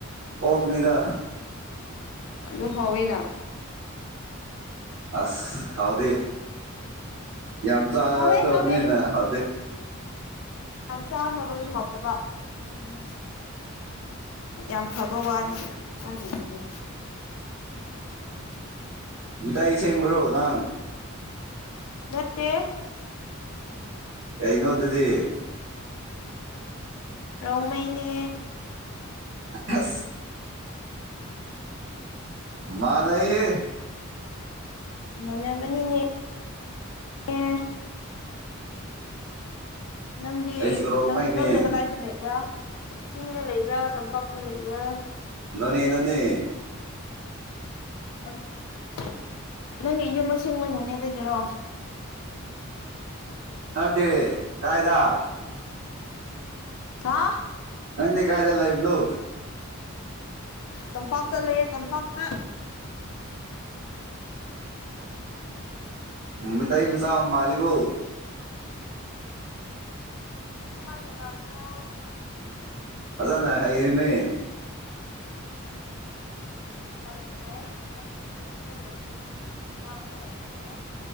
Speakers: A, on the right; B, on the left.
A: ꯑꯣꯛꯅꯤꯗ
B: ꯑꯗꯨꯗ ꯍꯅ
A: ꯑꯁ ꯍꯥꯎꯗ ꯌꯥꯝꯆꯥ
B: ꯍꯥꯎꯋꯦ
A: ꯀꯅꯤꯅ
B: ꯍꯥꯎꯋꯦ
A: ꯍ
B: ꯆꯥꯅꯕꯒꯤꯍꯥꯎꯇꯕ ꯎꯝ ꯌꯥꯝ ꯐꯕ ꯋꯥꯅꯤ ꯍꯥꯏ ꯑꯗꯨꯗꯤ
A: ꯏꯇ ꯏꯁꯒ꯭ꯔꯣ ꯅꯥꯡ
B: ꯅꯠꯇꯦ
A: ꯀꯩꯅꯣ ꯑꯗꯨꯗꯤ
B: ꯔꯣꯡ ꯃꯩꯅꯦ
A: ꯑ ꯃꯥꯅ ꯍꯦ
B: ꯃꯅ ꯄ ꯅ ꯑꯦꯝ ꯅꯪꯗꯤ
A: ꯑꯩꯁꯨ ꯔꯣꯡꯃꯩꯅꯦ
B: ꯅꯪꯅ ꯀꯗꯥꯏꯗ ꯂꯩꯕ꯭ꯔꯥ ꯆꯤꯡꯗ ꯂꯩꯕ꯭ꯔꯥ ꯇꯝꯄꯥꯛꯇ ꯂꯩꯕ꯭ꯔꯥ
A: ꯅꯣꯅꯦ ꯌꯦꯅꯟꯅꯦ
B: ꯎ ꯅꯪꯒꯤ ꯌꯨꯝ ꯑꯁꯤꯡ ꯃꯅꯨꯅꯦꯗꯒꯤꯔꯣ
A: ꯅꯪꯗꯤ ꯀꯥꯏꯗ
B: ꯍꯥꯥ
A: ꯅꯗꯤ ꯀꯥꯏꯗ ꯂꯩꯥꯏꯕ ꯂꯣ
B: ꯇꯝꯄꯥꯛꯇ ꯂꯩꯌꯦꯦ ꯇꯝꯄꯥꯛꯇ
A: ꯅꯨ ꯇꯝ ꯁꯥ ꯃꯥꯂꯒꯣ
B: <unintelligible> ꯀꯃꯥꯏꯅ ꯃꯥꯜꯅꯣ
A: ꯑꯗꯅ ꯍꯅꯦ
B: ꯐꯗ꯭ꯔꯦ ꯑꯝ ꯁꯤꯗ ꯂꯩꯕꯒꯤ ꯉꯥꯡꯕ ꯍꯩꯕꯅꯦ